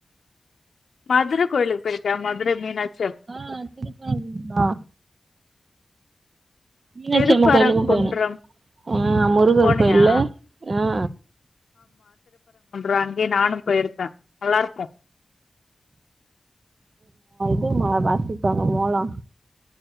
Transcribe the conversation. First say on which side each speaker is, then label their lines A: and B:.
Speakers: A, on the left; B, on the right.
A: மதுர கோயிலுக் போய்ருக்க மதுர மீனாட்
B: ஆ திருப்பரங்குன்றே மீனாட்சியம்மன்ஆ
A: திருப்பரங்குன்றம்
B: கோயிலுக்கும் போன அ முருகர்
A: போனியா
B: கோயில்ல அ
A: ரங்கே நானும் போயிருக் க நல்லாருக்கோ
B: போமா வாசிப்பாங்க மோளோ